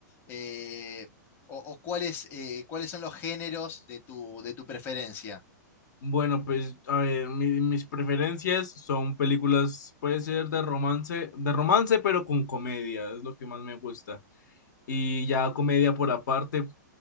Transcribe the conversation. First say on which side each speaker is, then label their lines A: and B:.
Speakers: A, on the left; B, on the left.
A: eh, o, o cuáles, eh, cuáles son los géneros de tu, de tu preferencia.
B: Bueno, pues, a ver, mi- mis preferencias son películas, puede ser de romance, de romance, pero con comedia, es lo que más me gusta. Y ya comedia por aparte,